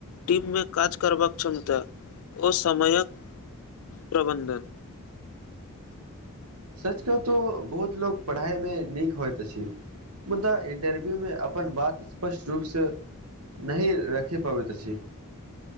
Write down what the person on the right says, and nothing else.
सच क तो बहुत लोकोग पढ़ाइ मे नीक। <unintelligible> होइत अछि मुदा इंटरव्यूमे अपन बात स्पष्ट रूपसँ नहि रखि पबैत अछि। <unintelligible>